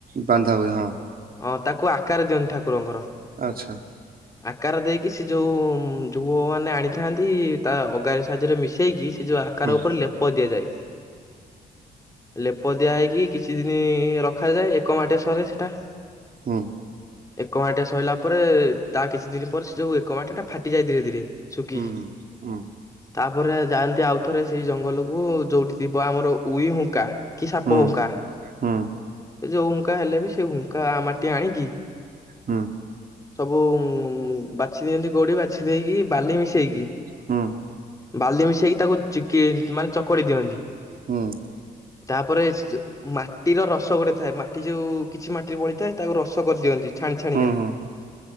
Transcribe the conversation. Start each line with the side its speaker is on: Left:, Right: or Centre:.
Right: ବାନ୍ଧା ହୁଏ ହଁ
Left: ହଁ ତାକୁ ଆକାର ଦିଅନ୍ତି ଠାକୁରଙ୍କର।
Right: ଆଚ୍ଛା।
Left: ଆକାର ଦେଇକି ସେ ଯୋଉ ଯୁବ ମାନେ ଆଣି ଥାନ୍ତି। ତା ଅଗାରି ସାହାଯ୍ୟରେ ମିଶେଇକି ସେ ଯୋଉ ଆକାର
Right: ହୁଁ
Left: ଉପରେ ଲେପ ଦିଆଯାଏ। ଲେପ ଦିଆ ହେଇକି କିଛି ଦିନ ରଖାଯାଏ। ଏକ ମାଟି ସରେ ସେଟା
Right: ହୁଁ
Left: ଏକ ମାଟିଟା ସରିଲା ପରେ ତା କିଛି ଦିନ ପରେ ସେ ଯୋଉ ଏକ ମାଟିଟା ଫାଟିଯାଏ ଧୀରେ ଧୀରେ ଶୁଖିକି
Right: ହୁଁ ହୁଁ
Left: ତାପରେ ଯାଆନ୍ତି ଆଉଥରେ ସେଇ ଜଙ୍ଗଲକୁ ଯୋଉଠି ଥି ବା ଆମର ଉଇ ହୁଙ୍କା କି ସାପ
Right: ହୁଁ
Left: ହୁଙ୍କା
Right: ହୁଁ
Left: ଯୋଉ ହୁଙ୍କା ହେଲେ ବି ସେ ହୁଙ୍କା କା ମାଟି ଆଣିକି
Right: ହୁଁ
Left: ସବୁ ବାଛି ଦିଅନ୍ତି ଗୋଡି ବାଛି ଦେଇକି ବାଲି ମିଶେଇକି
Right: ହୁଁ
Left: ବାଲି ମିଶାଇକି ତାକୁ ଚିକି ମାନେ ଚକଡି ଦିଅନ୍ତି।
Right: ହଁ।
Left: ତାପରେ ମାଟିର ରସ ଗୋଟେ ଥାଏ ମାଟି ଯୋଉ କିଛି ମାଟି ବଳିଥାଏ ତାକୁ ରସ କରିଦିଅନ୍ତି। ଛାଣି ଛାଣିକା।
Right: ହୁଁ ହୁଁ